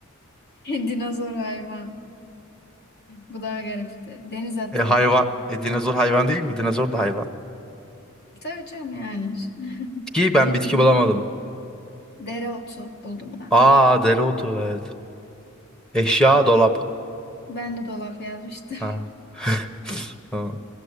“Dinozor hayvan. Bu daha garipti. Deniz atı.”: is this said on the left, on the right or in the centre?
Left